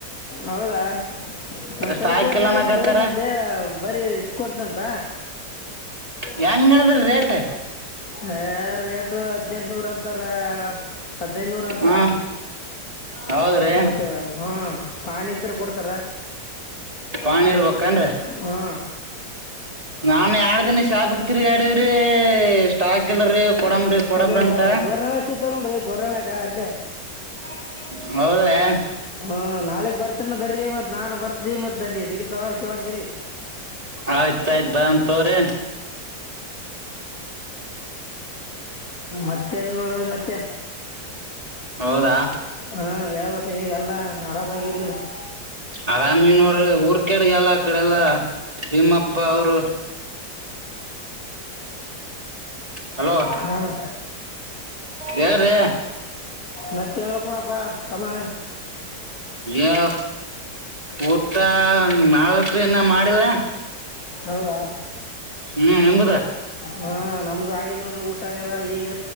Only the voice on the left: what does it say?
ಹೌದಾ ನಮ್
ಕಳಿಸಿ ಯಾಕಂತೀರಾ
ಮಧ್ಯ ಬರಿ ಇತ್ ಕೊಡ್ತಂತ
ಹ ರೇಟು ಹದಿನೆಂಟನೂರ ಅಂತಾರ ಹದಿನೈನೂರು ಅಂತರ
ಮತ್ತೆ ಹಾ ಪಾಣಿ ಇದ್ರೆ ಕೊಡ್ತಾರ
ಹ್ಞೂ
ಅಲ್ಲಿ
ಧೋರ್ರಣಳೆಸತವ ನೋಡ್ರಿ ಧೋರ್ಳೆಗ ಅಲ್ಲೇ
ಹ್ಮ ನಾಳಿಗ್ ಬರ್ತನ ಬರ್ರಿ ಮತ್ ನಾನು ಬರ್ತಿ ಮತ್ ಅಲ್ಲಿ ಸಿಗತಾವ ಕೇಳ್ ಬರಿ
ಮತ್ತೇನಿಲ್ಲ ನೋಡ್ರಿ ಮತ್ತೆ
ಹಾ ಹೇಳಬೇಕು ಈಗ ಎಲ್ಲ ಆರಾಮಾಗಿರಿಲ್ಲ
ಹಾಂ
ಮತ್ತೆ ಹೇಳ್ಬೇಕಣಪ್ಪ ತಮ್ಮಾ
ಹೌದಾ
ಹಾ ನಮ್ದು ಆಗೇ ನೋಡ್ರಿ ಊಟ ಆ್ಯದ ಈಗ